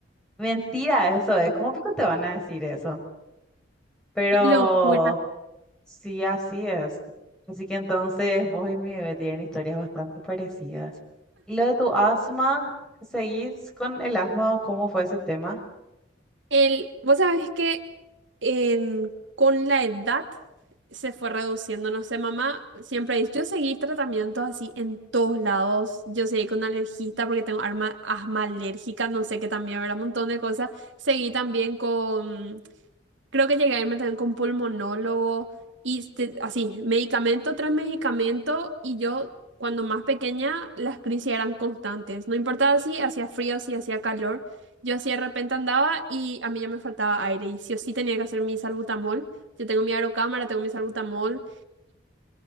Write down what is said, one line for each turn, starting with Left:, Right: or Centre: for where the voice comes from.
Centre: Mentira, eso es. ¿Cómo pico te van a decir eso? Pero
Right: Qué locura.
Centre: sí, así es. Así que entonces vos y mi bebé tienen historias bastante parecidas. ¿Y lo de tu asma? ¿Seguís con el asma o cómo fue ese tema?
Right: El, vos sabés que en- con la edad se fue reduciendo, no sé, mamá siempre dice, yo seguí tratamientos así en todos lados, yo seguí con alergista porque tengo arma- asma alérgica, no sé, que también habrá un montón de cosas, seguí también con Creo que llegué a irme también con pulmonólogo y este- así, medicamento tras medicamento y yo cuando más pequeña las crisis eran constantes. No importaba si hacía frío, si hacía calor, yo así de repente andaba y a mí ya me faltaba aire y sí o sí tenía que hacer mi salbutamol. Yo tengo mi aerocámara, tengo mi salbutamol